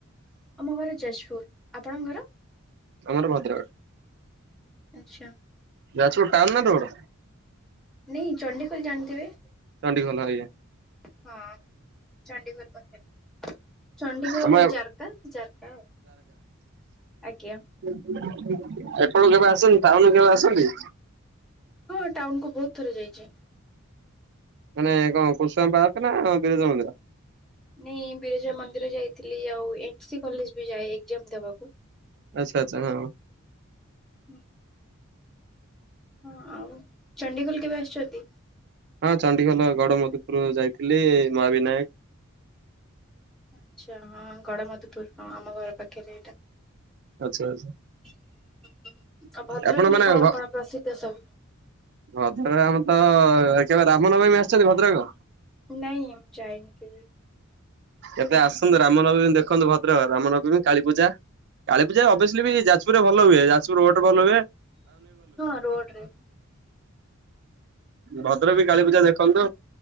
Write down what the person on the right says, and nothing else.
ଆମର ଭଦ୍ରକ।
ଯାଜପୁର୍ ଟାଉନ୍ ନା ରୋଡ୍?
ଚଣ୍ଡିଖୋଲ ଆଜ୍ଞା।
ଆମ
ଅପଟକୁ କେବେ ଆସନ୍ତି ଟାଉନ କେବେ ଆସନ୍ତି?
ମାନେ କଣ କୁସୁମା ପାର୍କ ନା ବିରଜା ମନ୍ଦିର?
ଆଚ୍ଛା ଆଚ୍ଛା ହଁ।
ହଁ ଚଣ୍ଡିଖୋଲ ଗଡ ମଧୁପୁର ଯାଇଥିଲି ମାହାବିିନାୟକ
ଆଚ୍ଛା ଆଚ୍ଛା
ଆପଣ ମାନେ
ଭ
ଭଦ୍ରକ ଆମର ତ କେବେ ରାମନବମୀ ଆସିଛନ୍ତି ଭଦ୍ରକ?
ଏବେ ଆସନ୍ତୁ ରାମନବମୀ ଦେଖନ୍ତୁ ଭଦ୍ରକ ରାମନବମୀ କାଳୀ ପୂଜା। କାଳି ପୂଜା ଅଭିଏସଲି ବି ଯାଜପୁର ରେ ଭଲ ହୁଏ ଜାଯପୁରୁ ରୋଡ ରେ ଭଲ ହୁଏ।
ଭଦ୍ରକ ବି କାଳୀ ପୂଜା ଦେଖନ୍ତୁ